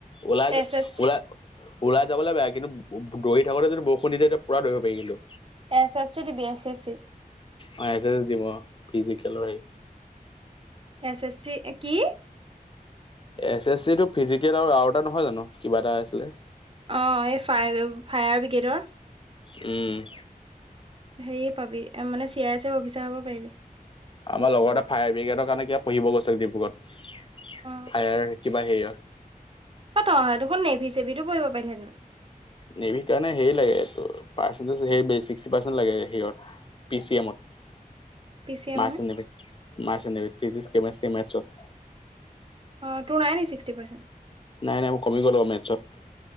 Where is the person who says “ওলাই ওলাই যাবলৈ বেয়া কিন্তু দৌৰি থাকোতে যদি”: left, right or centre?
Left